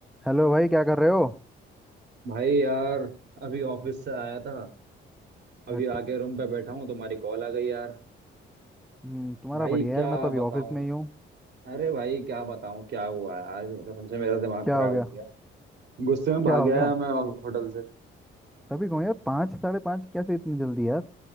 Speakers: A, in the centre; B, on the right (about 60°).
A: Hello भाई क्या कर रहे हो
B: भाई यार अभी ऑफिस से आया था अभी
A: अच्छा
B: आके रूम पे बैठा हूँ तुम्हारी कॉल आ गई यार
A: हम्म, तुम्हारा
B: भाई
A: बढ़िया
B: क्या
A: यार मैं तो अभी
B: बताऊँ
A: ऑफिस में ही हूँ
B: अरे भाई क्या बताऊँ क्या हुआ है आज कसम से मेरा दिमाग
A: क्या
B: खराब
A: हो गया
B: हो गया गुस्से में भाग
A: क्या हो
B: गया
A: गया
B: मैं होटल से
A: तभी कहूँ यार पाँच साढ़े पाँच कैसे इतनी जल्दी यार